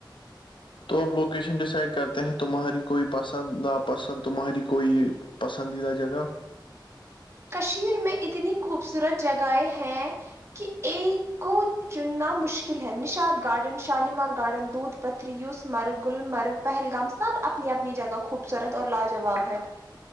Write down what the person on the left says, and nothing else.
تو اب لوکیشن ڈیسائڈ کرتے ہیں تمہاری کوئی پسند ناپسند تمہاری کوئی پسندیدہ جگہ